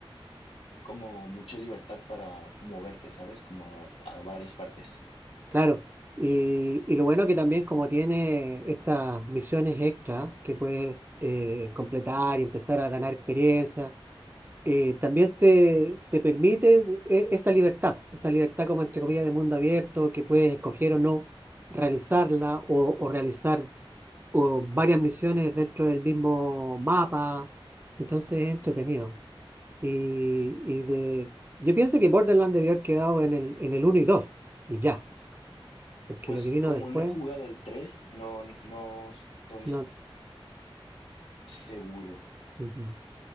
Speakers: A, on the left; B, on the right.
A: como mucha libertad para moverte, ¿sabes? Como a a varias partes.
B: Claro, y, y lo bueno que también como tiene estas misiones extra que puedes eh, completar y empezar a ganar experiencia, eh, también te, te permite e- esa libertad, esa libertad como entre comillas de mundo abierto, que puedes escoger o no realizarla o, o realizar o varias misiones dentro del mismo mapa, entonces es entretenido. Y, y de, yo pienso que Borderlands debió haber quedado en el, en el uno y 2 y ya porque
A: Pues
B: lo que vino
A: como
B: después
A: no he jugado al 3 no, no estoy
B: No,
A: seguro,
B: ujú.